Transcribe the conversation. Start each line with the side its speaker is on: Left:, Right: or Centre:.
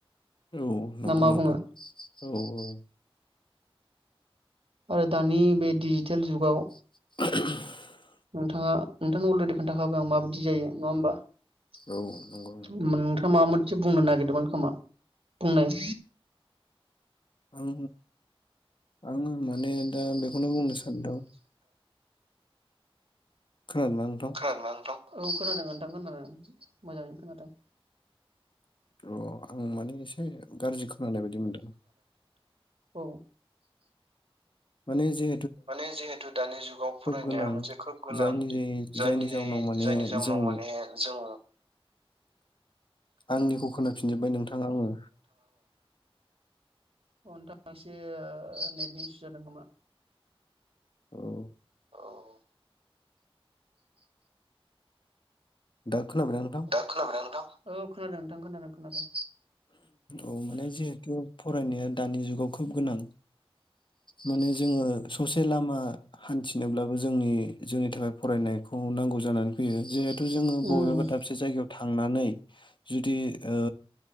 Left: औ नंगौ
Right: ना मा
Left: नोंथां
Right: बुङो
Left: औ- औ
Right: आरो दानि बे डिजिटेल जुगाव
Left: <unintelligible>
Right: नोंथांङा नोंथांनि अलरेडि खोन्थाखाबाय आं माबायदि जायो नङा होमबा
Left: औ नंगौ
Right: नोंथां मा मोनसे बुंनो नागिरदोंमोन खोमा बुंनाय
Left: आं आंङो माने दा बेखौनो बुंनो सानदों खोनादोंना नोंथां
Right: खोनादों ना नोंथां औ खोनादों <unintelligible> मोजांङैनो खोनादों
Left: अ आं माने एसे गाज्रि खोनानाय बायदि मोनदों
Right: औ
Left: माने जे
Right: माने जिहेथु दानि जुगाव फरायनाया
Left: गोनां
Right: मोनसे खोब गोनां
Left: जायनि
Right: जायनि
Left: जाउनाव माने
Right: जायनि जाहोनाव
Left: जों
Right: माने जों
Left: आंनिखौ खोनाफिनजोबबाय नोंथांङा आंङो
Right: अ नोंथांङा एसे नेटनि इसु जादों खोमा अ
Left: औ दा खोनाबायना नोंथां
Right: दा खोनाबाय ना नोंथां औ खोनादों नोंथां खोनादों - खोनादों
Left: औ माने जिहेथु फरायनाया दानि जुगाव खोब गोनां माने जोङो ससे लामा हान्थिनोब्लाबो जोंनि - जोंनि थाखाय फरायनायखौ नांगौ जानानै फैयो जिहे जों
Right: उम
Left: बबेबा दाबसे जायगायाव थांनानै जुदि ओ